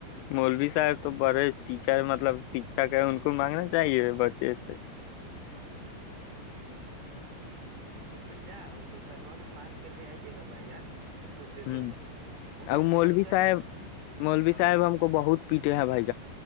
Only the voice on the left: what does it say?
مولوی صاحب تو بڑے ٹیچر مطلب شکھک ہے ان کو مانگنا چاہیے بچے سے
ہ
ا مولوی
صاحب مولوی
صاحب
ہم کو بہت پیٹے ہے بھ